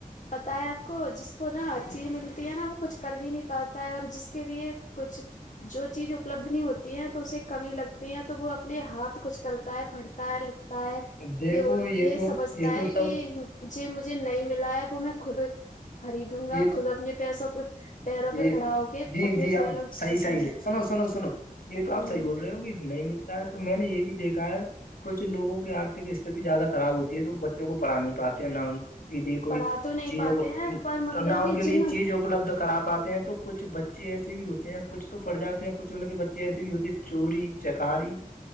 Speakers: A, on the left (about 55°); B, on the left (about 80°).
A: پتا ہے آپ کو جس کو نا ہر چیز ملتی ہے نا وہ کچھ کر بھی نہیں پاتا ہے اور جس کے لیے کچھ جو چیز اپلبد نہیں ہوتی ہے تو اسے کمی لگتی ہیں تو وہ اپنے ہاتھ کچھ کرتا ہے پھڑتا ہے لکھ
B: دیکھو
A: یہ یہ
B: تو
A: سمجھتا
B: یہ تو
A: ہے
B: سب
A: کہ ج مجھے نہیں ملا ہے وہ میں خود خریدوں گا
B: یہ
A: خود اپنے پیسوں پ پیروں
B: یہ
A: پہ کھڑا ہو کے
B: جی
A: اپنے
B: جی آپ
A: پیروں
B: صحیح
A: سے
B: صحیح
A: کھڑے
B: صحیح سنو سنو سنو یہ تو آپ
A: ہ
B: صحیح بول رہے ہوگی نہیں ملتا ہے تو میں نے یہ بھی دیکھا ہے کچھ لوگوں کی آرھک استھتی زیادہ خراب ہوتی ہے تو وہ بچوں کو پڑھا نہیں پاتے ہیں نہ کے لیے کوئی
A: پڑھا تو نہیں
B: چیزوں
A: پاتے
B: کو
A: ہیں پر مطلب
B: نہ ان
A: کہ
B: کے لیے
A: جن
B: چیز اپلبد کرا پاتے ہیں تو کچھ بچے ایسے بھی ہوتے ہیں کچھ تو پڑ جاتے ہیں کچھ ان کے بچے ایسے بھی ہوتے ہیں چوری چکاری